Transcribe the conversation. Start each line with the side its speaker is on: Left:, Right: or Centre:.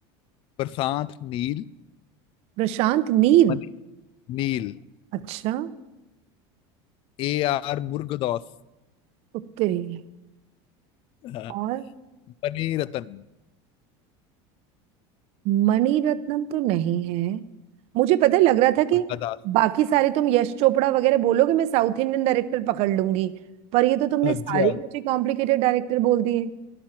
Left: Prashanth Neel
Right: प्रशांत नील
Left: Mani Neel
Right: अच्छा
Left: A R Murugadoss
Right: उत्तरी है।
Left: <laughs> हाँ,
Right: और
Left: मणि रतन
Right: मणिरत्नम तो नहीं है मुझे पता है, लग रहा था कि
Left: मुर्गदास
Right: बाकी सारे तुम यश चोपड़ा वगैरह बोलोगे मैं साउथ इंडियन डायरेक्टर पकड़ लूंगी पर ये तो तुमने
Left: अच्छा
Right: सारे ही मुझे कॉम्प्लिकेटेड डायरेक्टर बोल दिए